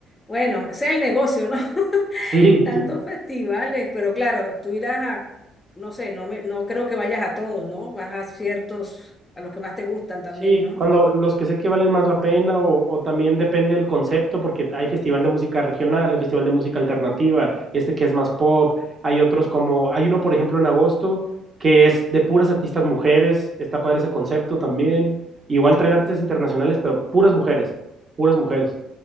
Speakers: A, on the left (about 25°); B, on the right (about 35°).
A: bueno, ese es el negocio, ¿no? <laughs>
B: Sí, <laughs>
A: Tantos festivales, pero claro, tú irás a, no sé, no me, no creo que vayas a todos, ¿no? Vas a ciertos, a los que más te gustan también,
B: Sí,
A: ¿no?
B: cuando los que sé que valen más la pena o, o también depende del concepto, porque hay festival de música regional, hay festival de música alternativa, este que es más pop, hay otros como, hay uno por ejemplo en agosto que es de puras artistas mujeres, está padre ese concepto también, igual traen artistas internacionales, pero puras mujeres, puras mujeres.